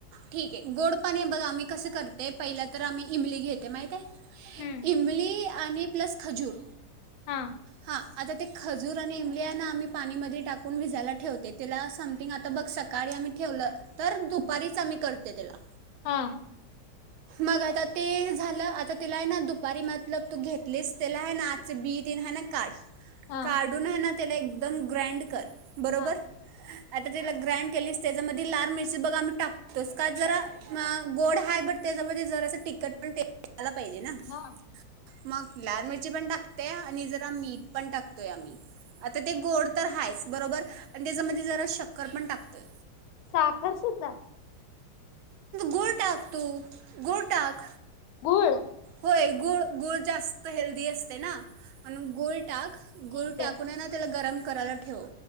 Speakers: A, on the right; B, on the left.
A: ठीक आहे गोड पाणी बगा -- मी कस करते पहिला तर आम्ही इमली घेते माहितिय
B: हम्म
A: इमली आणि प्लस खजूर
B: हा
A: हा आता ते खजूर आणि इमलि आहे ना आम्ही पाणीमध्ये टाकून भजायला ठेवते त्याला समथिंग आता बघ सकाळी आम्ही ठेवलं तर दुपारीच आम्ही करते. त्याला.
B: हा.
A: मग आता ते झालं आता तिला आहे ना दुपारी मतलब तू घेतलीस त्याला आहे ना आतल बी तेन हाय ना आणि काढ..
B: हां
A: काढून आहे ना.. त्याला एकदम ग्रँड कर... बरोबर
B: हां
A: आता त्याला ग्रँड केलीस त्याच्यामध्ये लाल मिरची बघ आम्ही टाकतोस का जरा गोड ह बट त्याच्यामध्ये जरा असं तिकखट पण झाला पाहिजे ना.
B: हां
A: मग लाल मिरची पण टाकते आणि जरी मीठ पण टाकतोय आम्ही आता ते गोड तर हायच बरोबर आणि तेझ्यामध्ये जरा शक्कर पण टाकतोय.
B: साखर सुद्धा....
A: गुळ टाक तु गुळ टाक..
B: गुळ...
A: होय गुळ गुळ जास्त हेल्दी असतय ना म्हणून गुळ टाक गुळ
B: ठीक
A: टाकून
B: आहे
A: हाय ना त्याला गरम.. करायला ठेव